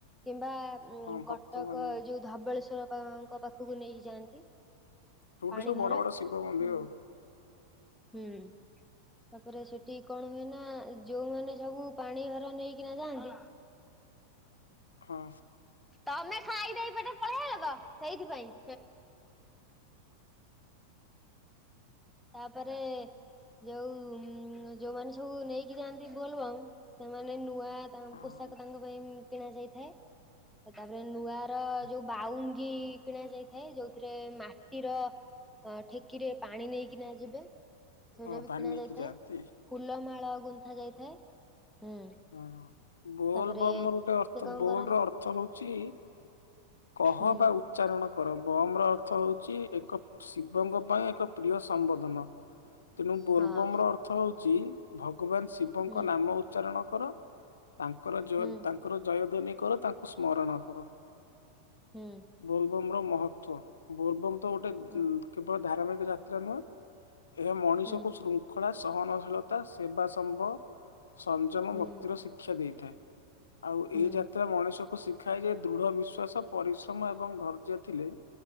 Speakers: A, in the centre; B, on the left.
A: କିମ୍ବା ଉଁ
B: ହଁ ଭକ୍ତ
A: କଟକ
B: ମାନେ
A: ଏ ଯୋଉ ଧବଳେଶ୍ଵର ଙ୍କ ପାଖକୁ ନେଇକି ଯାଆନ୍ତି।
B: ଯୁଠି
A: ପାଣି
B: ସବୁ
A: ଭାର
B: ବଡ ବଡ ଶିବ ମନ୍ଦିର
A: ହୁଁ
B: ଆଉ।
A: ହୁଁ ତାପରେ ସେଠି କଣ ହୁଏ ନା ଯୋଉମାନେ ସବୁ ପାଣି ଭାର ନେଇକିନା ଯାଆନ୍ତି
B: ହଁ ହଁ
A: ତମେ ଖାଇଦେଇ ଏପଟେ ପଳେଇ ଆଇଲ ତ ସେଇଥିପାଇଁ ତାପରେ ଯୋଉ ଯୋଉମାନେ ସବୁ ନେଇକି ଯାଆନ୍ତି ବୋଲବମ୍ ସେମାନେ ନୂଆ
B: ହଁ
A: ପୋଷାକ ତାଙ୍କ ପାଇଁ କିଣା ଯାଇଥାଏ। ତାପରେ ନୂଆ ର
B: ହଁ
A: ଯୋଉ ବାଉ ଗି କିଣା ଯାଇଥାଏ ଯୋଉଥିରେ ମା ମାଟିର ଠେକିରେ ପାଣି ନେଇକିନା ଯିବେ। ସେଇଟା
B: ହଁ,
A: ବି
B: ପାଣି
A: କିଣା
B: ନେଇକି
A: ଯାଇଥାଏ।
B: ଯାଆନ୍ତି
A: ଫୁଲମାଳ ଗୁନ୍ଥା ଯାଇଥାଏ। ହୁଁ।
B: ହଁ। ବୋଲ
A: ତାପରେ
B: ବାମ୍ ର ଗୋଟେ ଅର୍ଥ
A: ସେ କଣ
B: ବୋଲ
A: କରନ୍ତି
B: ର ଅର୍ଥ ହଉଛି କହ
A: ହୁଁ
B: ବା ଉଚ୍ଚାରଣ କର ବମ୍ ର ଅର୍ଥ ହଉଛି ଏକପ୍ ଶିବଙ୍କ ପାଇଁ ଏକ ପ୍ରିୟ ସମ୍ବୋଧନ। ତେଣୁ ବୋଲବମ୍
A: ହଁ
B: ର ଅର୍ଥ ହେଉଛି ଭଗବାନ ଶିବଙ୍କ
A: ହୁଁ
B: ନାମ ଉଚ୍ଚାରଣ କର ତାଙ୍କର ଜ
A: ହୁଁ
B: ତାଙ୍କର ଜୟଧ୍ଵନୀ କର ତାଙ୍କୁ ସ୍ମରଣ କର।
A: ହୁଁ।
B: ବୋଲବମ୍ ର ମହତ୍ତ୍ଵ ବୋଲବମ୍ ତ ଗୋଟେ
A: ହଁ
B: କେବଳ ଧାରାବାହିକ ଯାତ୍ରା ନୁହେଁ। ଏହା ମଣିଷକୁ
A: ହୁଁ
B: ଶୃଙ୍ଖଳା ସହନଶୀଳତା ସେବା ସମ୍ଭ ସଂଯମ
A: ହୁଁ
B: ଭକ୍ତିର ଶିକ୍ଷା ଦେଇଥାଏ। ଆଉ
A: ହୁଁ
B: ଏଇ ଯାତ୍ରା ମଣିଷକୁ ଶି ଶିଖାଏ ଯେ ଦୃଢ ବିଶ୍ଵାସ, ପରିଶ୍ରମ ଏବଂ ଧୈର୍ଯ୍ୟ ଥିଲେ